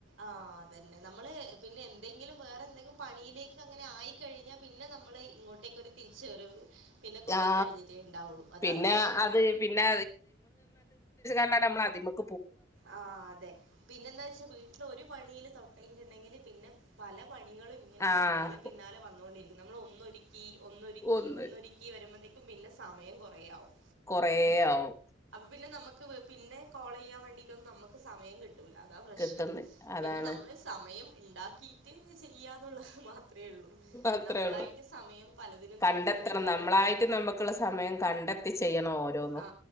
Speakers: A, on the right; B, on the left.
A: ആ അതന്നെ നമ്മള് പിന്നെ എന്തെങ്കിലും വേറെ എന്തെങ്കിലും പണിയിലേക്ക് അങ്ങനെ ആയിക്കഴിഞ്ഞാൽ പിന്നെ നമ്മള് ഇങ്ങോട്ടേക്കൊരു തിരിച്ചുവരവ് പിന്നെ കൊറേ
B: ആ
A: കഴിഞ്ഞിട്ടേ ഉണ്ടാവുള്ളൂ അതാ
B: പിന്നെ
A: പ്രശ്നം
B: അത് പിന്നെ <unintelligible> <unintelligible>
A: ആ അതെ, പിന്നെന്താച്ചാ വീട്ടില് ഒരു പണിയില് തൊടങ്ങിയിട്ടുണ്ടെങ്കില് പിന്നെ പല പണികളും ഇങ്ങനെ
B: ആഹ്
A: പിന്നാലെ പിന്നാലെ വന്നോണ്ടിരിക്കും നമ്മൾ ഒന്നൊരിക്കി ഒന്നൊരിക്കി
B: ഒന്ന്
A: ഒന്നരിക്കി വരുമ്പതെ പിന്നെ സമയം കൊറെയാവും
B: കൊറെ ആവും
A: പിന്നെ നമുക്ക് വപിന്നെ കോളിയ്യാൻ വേണ്ടിട്ടൊന്ന് നമ്മക്ക് സമയം കിട്ട് അതാ പ്രശ്നം
B: കിട്ടുന്ന് അതാണ്
A: പിന്നെ നമ്മള് സമയം ഇണ്ടാക്കിട്ട് ചെയ്യാന്നുള്ളത് ഹ് മാത്രം അത്രേള്ളൂ
B: അത്രേ
A: നമ്മളായിട്ട്
B: ഉള്ളു
A: സമയം പലതിനും
B: കണ്ടെത്തണം
A: കണ്ടുപിടിക്കാന്ന്
B: നമ്മളായിട്ട്
A: മാത്രേ
B: നമുക്കുള്ള സമയം കണ്ടെത്തി ചെയ്യണം ഓരോന്നും
A: ആ